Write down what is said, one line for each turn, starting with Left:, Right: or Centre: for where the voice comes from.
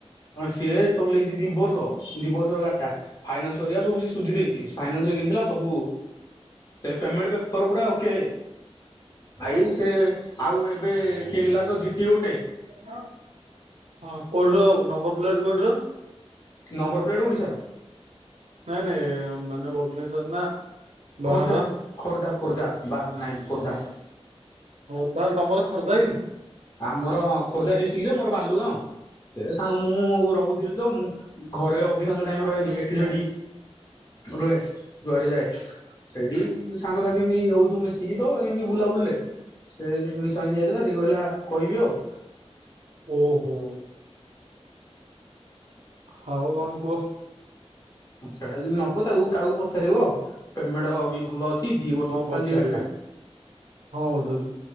Left: ସିଏ ଚଲେଇଛି ଦି ବର୍ଷ ଦି ବର୍ଷ ଗାଡି ଟା ଫାଇନାନ୍ସ ସରିବା ସବୁ ସୁଝି ଦେଇଛି ଫାଇନାନ୍ସରେ କିଣିଥିଲା ସବୁ ପେମେଣ୍ଟ ପେପର ପୁରା ଓକେ ଆଇ ସେ ଆଉ ଏବେ କିଣିଲା ତ ଝିଟି ଗୋଟେ।
Right: ହଁ କୋଉଠିର ନମ୍ବର ପ୍ଲେଟ କୋଉଠିର?
Left: ନମ୍ବର ପ୍ଲେଟ ଓଡିଶାର।
Right: ନାଇଁ ନାଇଁ ମାନେ ଭୁବନେଶ୍ଵର ନା
Left: ଖୋର୍ଦ୍ଧା
Right: ବାହାର
Left: ଖୋର୍ଦ୍ଧା ଖୋର୍ଦ୍ଧା ବା ନାଇଁ ଖୋର୍ଦ୍ଧା।
Right: ହଉ ତାହେଲେ ତମର ଖୋର୍ଦ୍ଧା କି?
Left: ଆମର ହଁ ଖୋର୍ଦ୍ଧା ଡିଷ୍ଟ୍ରିକ୍ଟ ଯେ ମୋର ବାଲୁଗାଁ। ସେ ସାଙ୍ଗ ମୁଁ ରହୁଥିଲି ତ ମୁଁ ଘରେ ଅଧିକାଂଶ ଟାଇମ ରହେନି ଏଠି ସେଠି। ରୁହେ ଯୁଆଡେ ଯାଏ। ସେଇଠି ସାଙ୍ଗସାଥି ଏମିତି ରହୁଛୁ ମିଶିକି ତ ଏମିତି ବୁଲା ବୁଲେ। ସେ ମିଶଙ୍ଗିକି ଯାଇଥିଲା ସେଏ କହିଲା କହିବି ଆଉ।
Right: ଓହୋ। ହଉ କଣ କୁହ?
Left: ସେଟା ଯଦି ନବ ତାକୁ କାହାକୁ ପଚାରିବ ଆଉ ପେମେଣ୍ଟ ବି ଭଲ ଅଛି। ଦି ବର୍ଷ
Right: କଣ ପଚାରିବି?
Left: କାଲି ଯାରଟା
Right: ହଁ ବଧରି